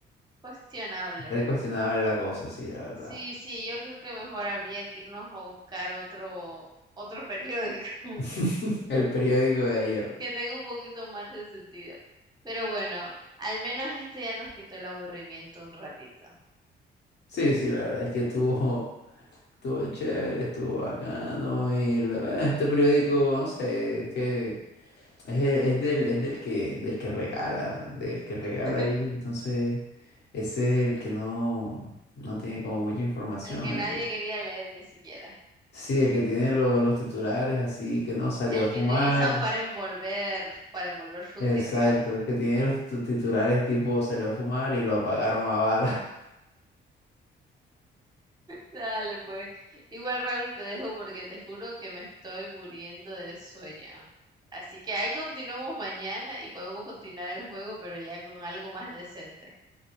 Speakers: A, on the right; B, on the left.
A: cuestionable.
B: está cuestionable la cosa, sí, la verdad.
A: Sí, sí, yo creo que mejor habría que irnos a buscar otro, otro periódico <laughs>
B: <laughs> El periódico de ayer.
A: que tenga un poquito más de sentido. Pero bueno, al menos este ya nos quitó el aburrimiento un ratito.
B: Sí, sí, la verdad es que estuvo. Estuvo chévere, estuvo bacano. Y la, bueno, este periódico, no sé, es que es, es del, es del que, del que regala, del que regala
A: <laughs>
B: ahí. Entonces, ese es el que no, no tiene como mucha información.
A: El que nadie
B: el que-
A: quería leer ni siquiera.
B: sí, el que tiene lo- los titulares así, que no salió
A: El
B: a fumar.
A: que utilizan para envolver, para envolver fruta
B: Exacto,
A: y regalo.
B: que tiene los titu- titulares tipo salió a fumar y lo apagaron a bala. <laughs>
A: Dale, pues. Igual, Raúl, te dejo porque te juro que me estoy muriendo de sueño. Así que ahí continuamos mañana y podemos continuar el juego, pero ya con algo más decente.